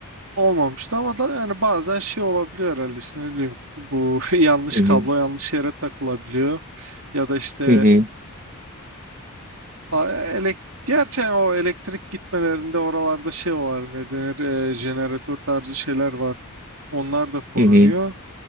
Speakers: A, on the right; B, on the right.
A: olmamıştı ama da yani bazen şey olabiliyor herhalde işte ne bileyim bu <laughs> yanlış
B: hı
A: kablo
B: hı
A: yanlış yere takılabiliyor ya da işte
B: hı hı
A: elektrik gerçi o elektrik gitmelerinde oralarda şey var ne denir eee, jeneratör tarzı şeyler var onlar da korunuyor.
B: hı hı